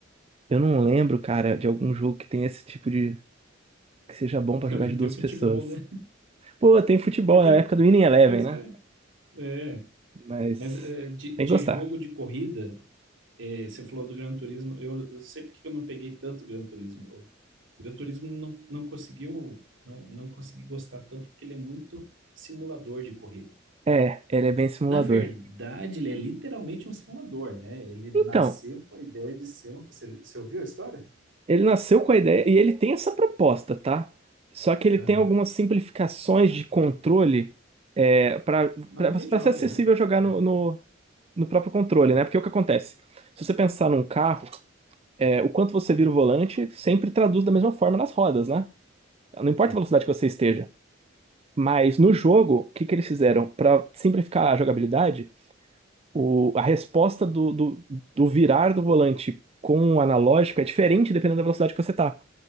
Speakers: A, on the right (about 30°); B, on the right (about 70°).
A: eu não lembro, cara, de algum jogo que tenha esse tipo de. que seja bom pra
B: <laughs> Vai
A: jogar de
B: ter
A: duas
B: futebol,
A: pessoas.
B: né?
A: Pô, tem futebol
B: Porque,
A: né? na época do Winning Eleven,
B: pois
A: né?
B: é. É,
A: Mas
B: mas é, de,
A: tem
B: de
A: que gostar.
B: jogo de corrida, é, você falou do Gran Turismo, eu, eu sei porque que eu não peguei tanto Gran Turismo. O Gran Turismo não, não conseguiu, não, não consegui gostar tanto porque ele é muito simulador de corrida.
A: É, ele é bem simulador.
B: Na verdade, ele é literalmente um simulador, né? Ele nasceu
A: Então,
B: com a ideia de ser um. Você, você ouviu a história?
A: ele nasceu com a ideia e ele tem essa proposta, tá? Só que ele
B: Aham.
A: tem algumas simplificações de controle é, para
B: Não, ninguém
A: para
B: joga,
A: ser acessível
B: né?
A: jogar
B: É.
A: no, no, no próprio controle, né? Porque o que acontece? Se você pensar num carro, é, o quanto você vira o volante sempre traduz da mesma forma nas rodas, né? Não importa
B: Sim.
A: a velocidade que você esteja. Mas no jogo, o que que eles fizeram? Para simplificar a jogabilidade, o, a resposta do, do, do virar do volante com o analógico é diferente dependendo da velocidade que você tá.